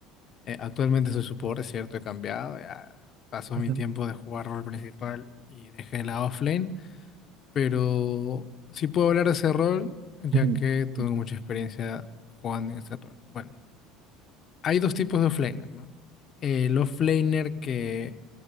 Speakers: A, on the left (about 40°); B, on the right (about 55°).
A: Eh, actualmente soy support, es cierto, he cambiado, ya pasó
B: Ujú.
A: mi tiempo de jugar rol principal y dejé la offlane, pero sí puedo hablar de ese rol ya
B: Ujú,
A: que tuve
B: ujú,
A: mucha experiencia jugando en ese rol. Bueno, hay dos tipos de offlaner, ¿no? El offlaner que